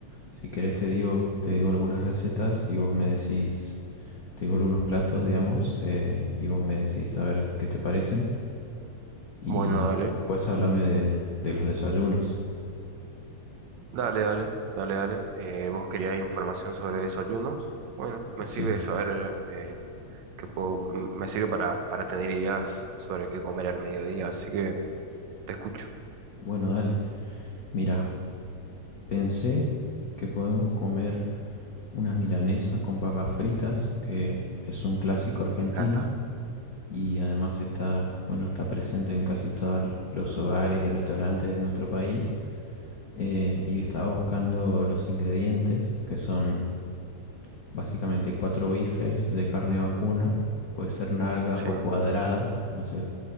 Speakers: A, on the left; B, on the right.
A: si querés te digo, te digo algunas recetas y vos me decís, te digo algunos platos, digamos, eh, y vos me decís a ver qué te parecen y,
B: bueno, dale,
A: y después háblame de, de los desayunos.
B: dale, dale, dale, dale. Eh, ¿vos querías información sobre desayunos? Bueno, me
A: Sí,
B: sirve saber eh, qué puedo, m- me sirve para, para tener ideas sobre qué comer al mediodía, así que te escucho,
A: bueno, dale. Mira, pensé que podemos comer unas milanesas con papas fritas, que es un clásico argentino
B: me encanta.
A: y además está, bueno, está presente en casi todos los hogares y restaurantes de nuestro país. Eh, y estaba buscando los ingredientes, que son básicamente cuatro bifes de carne vacuna, puede ser nalga
B: Sí,
A: o cuadrada, no sé